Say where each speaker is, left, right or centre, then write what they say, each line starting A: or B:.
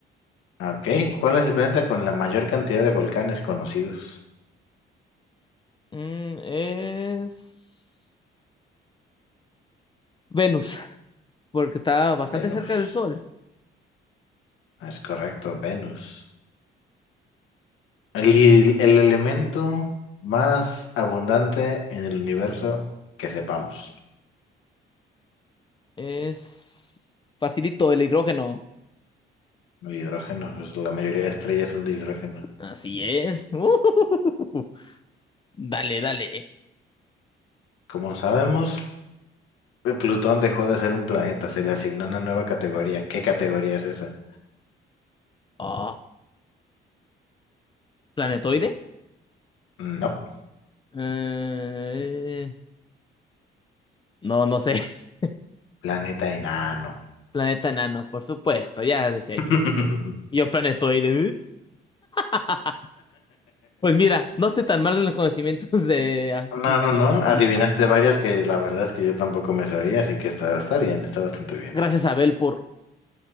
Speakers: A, on the left (about 85°); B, on the left (about 25°).
A: Ok, ¿cuál es el planeta con la mayor cantidad de volcanes conocidos?
B: Mm, es... Venus. <laughs> Porque está bastante
A: Venus.
B: cerca del Sol.
A: Ah, Es correcto, Venus. El, il- el elemento más abundante en el universo que sepamos.
B: Es... Facilito el hidrógeno.
A: El hidrógeno, pues la mayoría de estrellas son de hidrógeno.
B: Así es. <laughs> Dale, dale.
A: Como sabemos, eh, Plutón dejó de ser un planeta, se le asignó una nueva categoría. ¿Qué categoría es esa?
B: Oh, ¿planetoide?
A: No,
B: Eh, No, no sé. <laughs>
A: planeta enano.
B: Planeta enano, por supuesto. Ya decía yo.
A: <laughs>
B: Yo planetoide. <laughs> Pues mira, no sé tan mal en los conocimientos de,
A: No,
B: de
A: no, no,
B: astronomía.
A: adivinaste varias que la verdad es que yo tampoco me sabía, así que está, está bien, está bastante bien.
B: Gracias a Abel por...